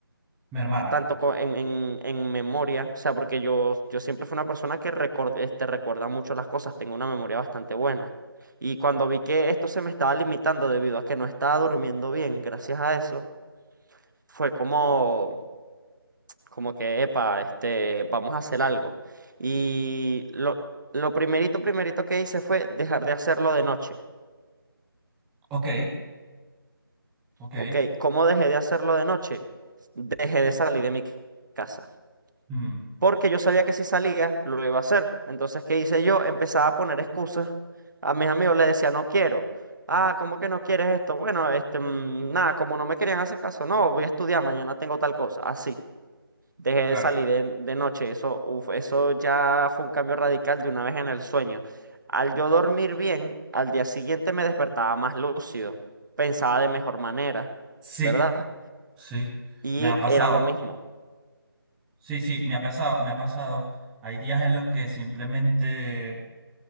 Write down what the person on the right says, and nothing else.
tanto co- en, en, en memoria, o sea, porque yo, yo siempre fui una persona que recor- este, recuerda mucho las cosas, tengo una memoria bastante buena. Y cuando vi que esto se me estaba limitando debido a que no estaba durmiendo bien, gracias a eso, fue como, como que, epa, este, vamos a hacer algo. Y lo, lo primerito, primerito que hice fue dejar de hacerlo de noche.
Ok, ¿cómo dejé de hacerlo de noche? Dejé de salir de mi casa.
porque yo sabía que si salía, lo iba a hacer. Entonces, ¿qué hice yo? Empezaba a poner excusas. A mis amigos les decía, no quiero. Ah, ¿cómo que no quieres esto? Bueno, este, mm, nada, como no me querían hacer caso, no, voy a estudiar, mañana tengo tal cosa. Así, dejé de
salir de, de noche. Eso, uf, eso ya fue un cambio radical de una vez en el sueño. Al yo dormir bien, al día siguiente me despertaba más lúcido, pensaba de mejor manera,
¿verdad?
Y
era lo mismo,